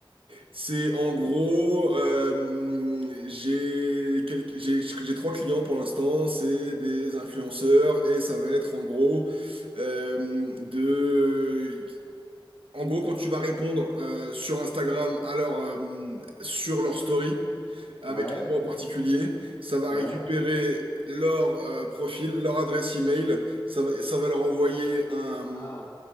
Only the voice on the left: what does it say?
Ouais,
ouais.
Ah,